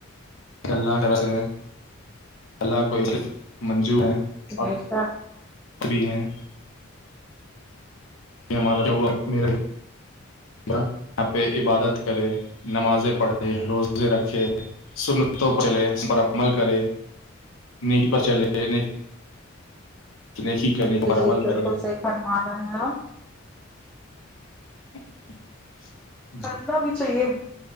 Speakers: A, on the left; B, in the centre.
A: کہ اللہ کرتے ہیں اللہ کو ایکف منجو ہے اور
B: جیشا
A: بھی ہیں ہمارا تو میرا یہاں پہ عبادت کرے نمازیں پڑھے روزے رکھے سن چلے ہم پر عمل کرے نہیں پر چلے نہیں جشی
B: جی
A: کرنے پر
B: جی
A: عمل
B: بالکل
A: کرے
B: صحیح فرما رہے ہیں
A: <unintelligible>
B: کرنا بھی چاہیے